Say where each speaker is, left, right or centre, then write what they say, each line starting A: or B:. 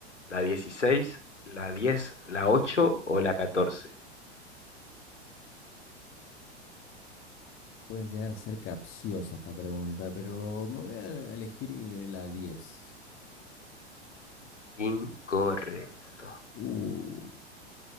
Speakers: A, on the left; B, on the left.
A: ¿La 16, la 10, la 8 o la catorce?
B: Puede llegar a ser capciosa esta pregunta, pero me voy a elegir eh, la diez
A: Incorrecto.
B: Uh,